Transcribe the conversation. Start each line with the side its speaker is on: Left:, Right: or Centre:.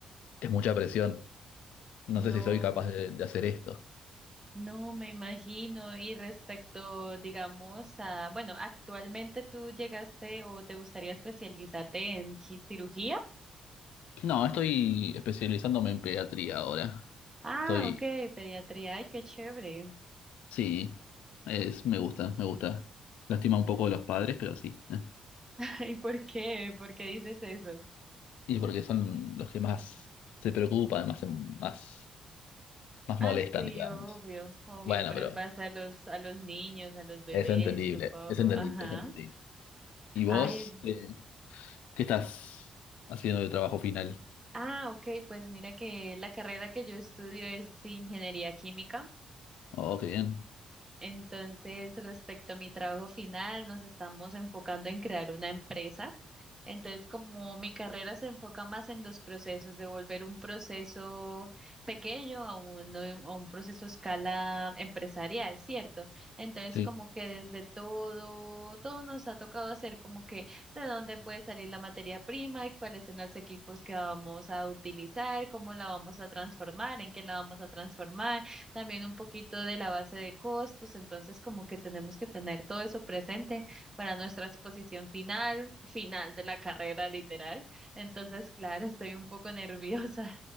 Left: es mucha presión, no
Right: No,
Left: sé si soy capaz de de hacer esto.
Right: no me imagino. Y respecto, digamos, a, bueno, actualmente tú llegaste o te gustaría especializarte en gi- cirugía?
Left: No, estoy especializándome en pediatría ahora.
Right: Ah,
Left: Estoy
Right: ok, pediatría. Ay, qué chévere.
Left: Sí, es, me gusta, me gusta. Lástima un poco a los padres, pero sí. eh.
Right: <laughs> Ay, ¿por qué? ¿Por qué dices eso?
Left: Y porque son los que más se preocupan, más, se- más, más
Right: Ah,
Left: molestan,
Right: sí,
Left: digamos.
Right: obvio, obvio,
Left: Bueno,
Right: pero
Left: pero
Right: en base a los, a los niños, a los bebés,
Left: es entendible,
Right: supongo.
Left: es entendible,
Right: Ajá.
Left: es entendible. ¿Y vos
Right: Ay,
Left: eh, qué, estás haciendo de trabajo final?
Right: ah, ok, pues mira que la carrera que yo estudio es ingeniería química.
Left: Oh, qué bien.
Right: Entonces, respecto a mi trabajo final, nos estamos enfocando en crear una empresa. Entonces, como mi carrera se enfoca más en los procesos, de volver un proceso pequeño a un, a un proceso a escala empresarial, ¿cierto? Entonces,
Left: Sí.
Right: como que desde todo, todo nos ha tocado hacer como que de dónde puede salir la materia prima, y cuáles son los equipos que vamos a utilizar, cómo la vamos a transformar, en qué la vamos a transformar también un poquito de la base de costos, entonces como que tenemos que tener todo eso presente para nuestra exposición final, final de la carrera literal. Entonces, claro, estoy un poco <laughs> nerviosa.